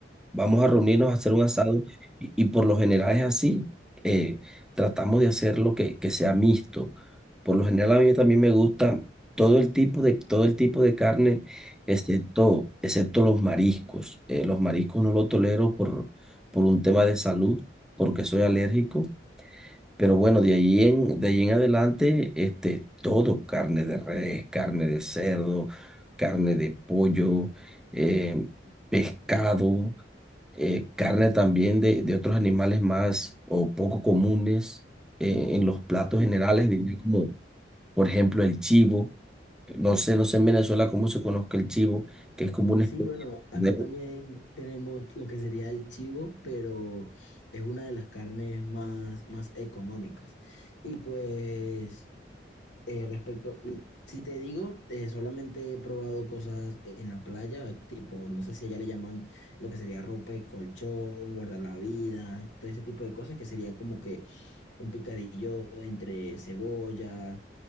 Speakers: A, in the centre; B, on the left.
A: vamos a reunirnos a hacer un asado y, y por lo general es así. eh, tratamos de hacerlo que, que sea mixto. Por lo general a mí también me gusta todo el tipo de, todo el tipo de carne, excepto, excepto los mariscos. Eh, los mariscos no los tolero por, por un tema de salud porque soy alérgico, pero bueno, de allí en, de allí en adelante, este, todo, carne de res, carne de cerdo, carne de pollo, eh, pescado, eh, carne también de, de otros animales más o poco comunes eh, en los platos generales, diría como por ejemplo el chivo. No sé, no sé en Venezuela cómo se conozca el chivo, que es como una
B: Sí,
A: especie
B: bueno, acá
A: de...
B: también tenemos lo que sería el chivo, pero es una de las carnes más, más económicas. Y pues... Eh, respecto, si te digo, eh, solamente he probado cosas en la playa, tipo, no sé si allá le llaman lo que sería ropa y colchón, guardar la vida, todo ese tipo de cosas que sería como que un picadillo entre cebolla.